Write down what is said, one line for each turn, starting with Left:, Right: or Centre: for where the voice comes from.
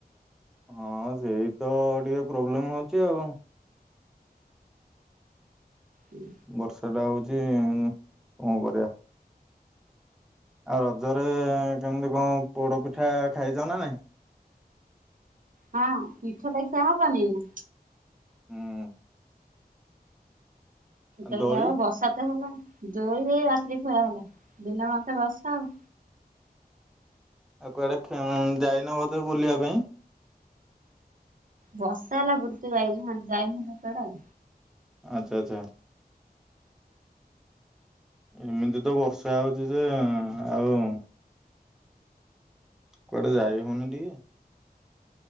Centre: ହଁ ସେଇ ତ ଟିକେ ପ୍ରୋବ୍ଲେମ ହଉଛି ଆଉ
Right: ହୁଁ।
Centre: ବର୍ଷାଟା ହଉଛି କଣ କରିବା? ଆଉ ରଜରେ କେମତି କଣ ପୋଡ ପିଠା ଖାଇଛ ନା ନାଇଁ?
Right: ହଁ ମିିଠ ପାଇଁ ଚା ହବାନି ନା।
Centre: ହୁଁ।
Right: ଟାକ
Centre: ଦୋଳି
Right: ଆଉ ବର୍ଷା ତ ହେଲା ଦୋରି ଦେଇ ରାତିରେ ଖୁଆ ହେଲା ଦିନ ମତେ ବର୍ଷା ଆଉ
Centre: ଆଉ କୁଆଡ଼େ ଯାଇନ ବୋଧେ ବୁଲିବା ପାଇଁ?
Right: ବସା ହେଲା <inaudible>
Centre: ଆଚ୍ଛା ଆଚ୍ଛା। ଏମିତି ତ ବର୍ଷା ହଉଛି ଯେ ଆଉ କୁଆଡେ ଯାଇ ହଉନି ଟିକେ?